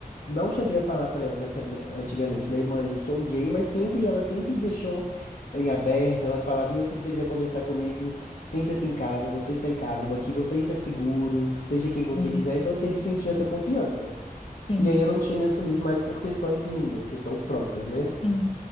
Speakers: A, on the left (about 70°); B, on the left (about 35°).
A: Não cheguei a falar pra ela, né, que, né, antigamente, né, mãe, eu sou gay, mas sempre, ela sempre deixou em aberto. Ela falava, meu filho, se você quiser conversar comigo, sinta-se em casa, você está em casa, eu vou aqui você está seguro, seja quem você
B: Sim,
A: quiser. Então eu sempre senti essa confiança.
B: sim,
A: E aí eu não tinha me assumido mais por questões minhas, questões próprias, né?
B: sim.